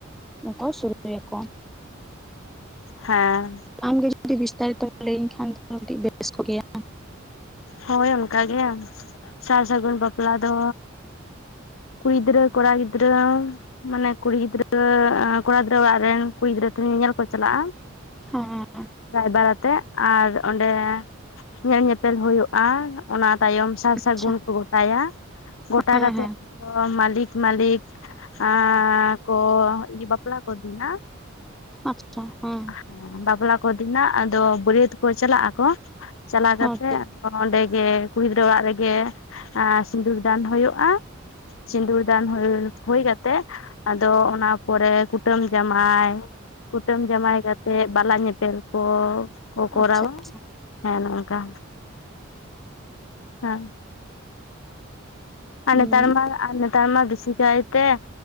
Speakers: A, in the centre; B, on the left.
A: ᱱᱚᱠᱟ ᱥᱩᱨᱩᱜ ᱜᱮᱭᱟ ᱠᱚ
B: ᱦᱮᱸ
A: ᱟᱢᱜᱮ ᱡᱩᱫᱤ ᱵᱤᱥᱛᱟᱨᱤᱛ ᱞᱟᱹᱭ ᱤᱧ ᱠᱷᱟᱱ ᱫᱚ ᱠᱟᱹᱴ ᱵᱮᱥ ᱠᱚᱜ ᱜᱮᱭᱟ
B: ᱦᱳᱭ ᱚᱱᱠᱟ ᱜᱮ ᱥᱟᱨ ᱥᱟᱹᱜᱩᱱ ᱵᱟᱯᱞᱟ ᱫᱚ ᱠᱩᱲᱤ ᱜᱤᱫᱽᱨᱟᱹ ᱠᱚᱲᱟ ᱜᱤᱫᱽᱨᱟᱹ ᱢᱟᱱᱮ ᱠᱩᱲᱤ ᱜᱤᱫᱽᱨᱟᱹ ᱠᱚᱲᱟ ᱜᱤᱫᱽᱨᱟᱹ ᱚᱲᱟᱜ ᱨᱮᱱ ᱠᱩᱲᱤ ᱜᱤᱫᱽᱨᱟᱹ ᱧᱮᱧᱮᱞ ᱠᱚ ᱪᱟᱞᱟᱜᱼᱟ
A: ᱦᱮᱸ
B: ᱨᱟᱭᱵᱟᱨ ᱟᱛᱮᱜ ᱟᱨ ᱚᱸᱰᱮ ᱧᱮᱞ ᱧᱮᱯᱮᱞ ᱦᱩᱭᱩᱜᱼᱟ ᱚᱱᱟ ᱛᱟᱭᱚᱢ ᱥᱟᱨ
A: ᱟᱪᱪᱷᱟ
B: ᱥᱟᱹᱜᱩᱱ ᱠᱚ ᱜᱚᱴᱟᱭᱟ ᱜᱚᱴᱟ
A: ᱦᱮᱸ
B: ᱠᱟᱛᱮᱫ
A: ᱦᱮᱸ
B: ᱢᱟᱹᱞᱤᱠ ᱢᱟᱹᱞᱤᱠ ᱟᱸ ᱠᱚ ᱵᱟᱯᱞᱟ ᱠᱚ ᱠᱟ. ᱠᱤᱱᱟ
A: ᱟᱪᱪᱷᱟ ᱦᱮᱸ ᱾
B: ᱦᱮᱸ ᱵᱟᱯᱞᱟ ᱠᱚ ᱫᱤᱱᱟᱜ ᱟᱫᱚ ᱵᱟᱹᱨᱭᱟᱹᱛ ᱠᱚ ᱪᱟᱞᱟᱜ ᱟᱠᱚ ᱪᱟᱞᱟᱣ
A: ᱦᱮᱸ
B: ᱠᱟᱛᱮᱜ
A: ᱴᱷᱤᱠ
B: ᱚᱸᱰᱮᱜᱮ ᱠᱩᱲᱤ ᱜᱤᱫᱽᱨᱟᱹ ᱚᱲᱟᱜ ᱨᱮᱜᱮ ᱥᱤᱸᱫᱩᱨ ᱫᱟᱱ ᱦᱩᱭᱩᱜᱼᱟ ᱥᱤᱸᱫᱩᱨ <unintelligible> ᱦᱩᱭ ᱠᱟᱛᱮ ᱟᱫᱚ ᱚᱱᱟ ᱯᱚᱨᱮ ᱠᱩᱴᱟᱹᱢ ᱡᱟᱢᱟᱭ ᱠᱩᱴᱟᱹᱢ ᱡᱟᱢᱟᱭ ᱠᱟᱛᱮᱫ ᱵᱟᱞᱟ ᱧᱮᱯᱮᱞ ᱠᱚ ᱠᱚ ᱠᱚᱨᱟᱣᱟ
A: ᱟᱪᱪᱷᱟ ᱟᱪᱪᱷᱟ
B: ᱦᱮᱸ ᱱᱚᱝᱠᱟ ᱦᱮᱸ ᱟᱨ ᱱᱮᱛᱟᱨ
A: ᱩᱸ
B: ᱢᱟ ᱟᱨ ᱱᱮᱛᱟᱨ ᱵᱤᱥᱤᱠᱟᱭ ᱛᱮ